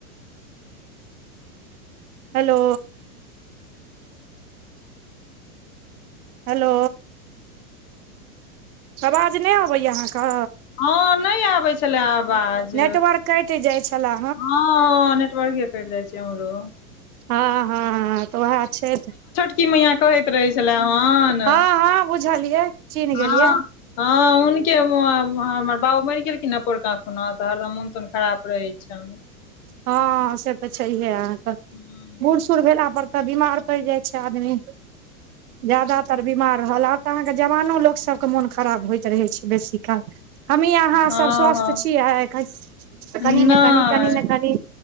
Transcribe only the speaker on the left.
हँ नहि आबै छले आवाज
हँ नेटवर्के करी जाइ छै हमरो
की मैया कहैत रहै छलै हन
हँ
हँ हुनके हमर बाबू मरि गेलखिन ने पोरका खुना तऽ हरदम मोन तोन खराब रहे छै तहन
हूँ
हँ
हँ
नहि